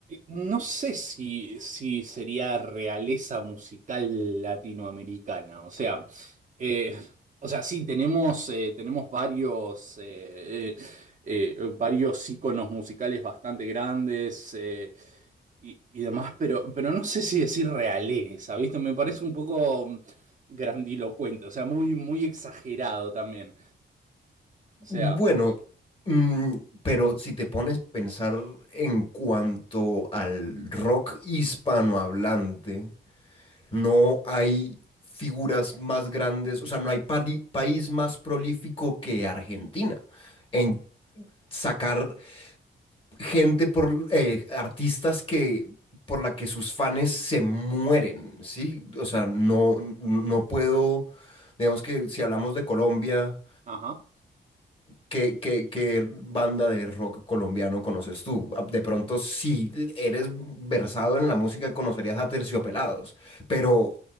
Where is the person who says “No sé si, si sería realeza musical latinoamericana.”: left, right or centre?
Right